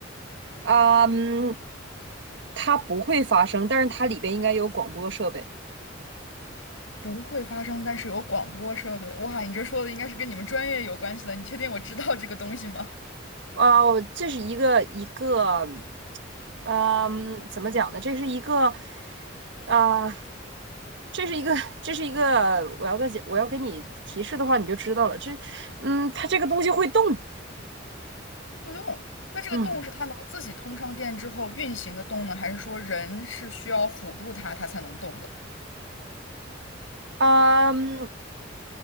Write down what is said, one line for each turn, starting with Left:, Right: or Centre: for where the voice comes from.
Right: 啊嗯，它不会发声，但是它里边应该有广播设备。
Left: 不会发生，但是有广播设备。哇，你这说的应该是跟你们专业有关系的。你确定我知道这个东西吗？
Right: 哦，这是一个一个，嗯，怎么讲呢？这是一个，啊、这是一个，这是一个，我要再讲，我要给你提示的话，你就知道了。这，嗯，它这个东西会动，
Left: 会动，那这个动是它能自己通上电之后运行的动呢，
Right: 嗯，
Left: 还是说人是需要辅助它，它才能动的？
Right: 嗯，